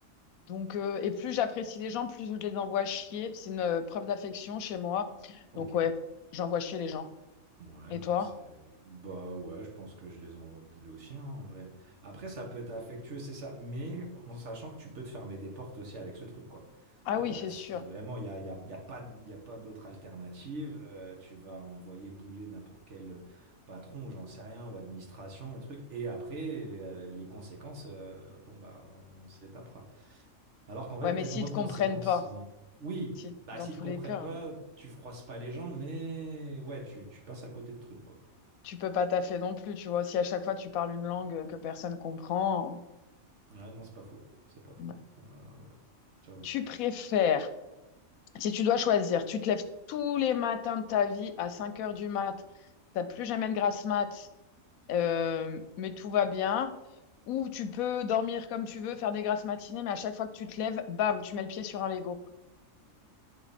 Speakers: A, on the left (about 80°); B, on the right (about 55°).
A: Donc, euh, et plus j'apprécie les gens, plus je les envoie chier. C'est une euh, preuve d'affection chez moi.
B: Ok.
A: Donc, ouais, j'envoie chier les gens.
B: Ouais,
A: Et
B: non,
A: toi?
B: c'est... Bah ouais, je pense que je les envoie bouler aussi, hein, en vrai. Après, ça peut être affectueux, c'est ça, mais en sachant que tu peux te fermer des portes aussi avec ce truc, quoi.
A: Ah
B: Euh,
A: oui, c'est
B: si
A: sûr.
B: vraiment il n'y a, y a, y a pas, y a pas d'autre alternative, euh, tu vas envoyer bouler n'importe quel euh, patron, j'en sais rien, ou administration, un truc, et après, euh, les conséquences, euh, bon, bah, on se les tapera. Alors qu'en vrai,
A: Ouais,
B: il y a
A: mais
B: peut-être
A: s'ils
B: moins
A: te
B: de
A: comprennent
B: conséquences
A: pas,
B: si... Oui,
A: si
B: bah
A: dans
B: s'ils
A: tous
B: te comprennent
A: les cas,
B: pas, tu froisses pas les gens, mais ouais, tu, tu passes à côté de trucs, quoi.
A: tu peux pas taffer non plus, tu vois. Si à chaque fois tu parles une langue euh, que personne comprend,
B: Ah non, c'est pas faux. C'est pas faux.
A: bah,
B: Voilà, ouais. J'avoue.
A: tu préfères, si tu dois choisir, tu te lèves tous les matins de ta vie à 5 heures du mat, t'as plus jamais de grasse mat, Euh, mais tout va bien. Ou tu peux dormir comme tu veux, faire des grasses matinées, mais à chaque fois que tu te lèves, bam, tu mets le pied sur un Lego.